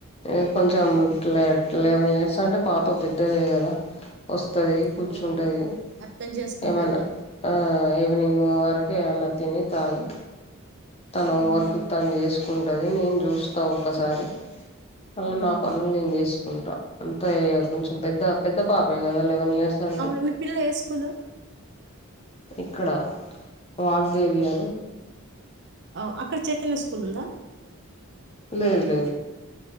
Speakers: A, on the left (about 30°); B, on the right (about 55°).
A: ఇగ కొంచెం
B: కొంచెం
A: ట్ల లెవెన్ ఇయర్స్ అంటే పాప పెద్దదే కదా వస్తది కూర్చుంటది
B: అవును అర్థం చేసుకుంటాదిలే
A: ఏమల ఆ ఈవనింగ్ వరకు ఏమన్నథిని తాగి తన హోంవర్క్
B: ఉమ్,
A: తను చేసుకుంటది నేను చూస్త ఒకసారి అళ్ళ
B: ఉమ్.
A: నా పనులు నేను చేసుకుంట అంత కొంచెం పెద్ద పెద్ద పాపే కదా లెవెన్ ఇయర్స్ అంటే
B: అవును మీ పిల్ల ఏ స్కూలు
A: ఇక్కడ వాగ్దేవి అని
B: అవు అక్కడ చైతన్య స్కూలుంద
A: లేదులేద్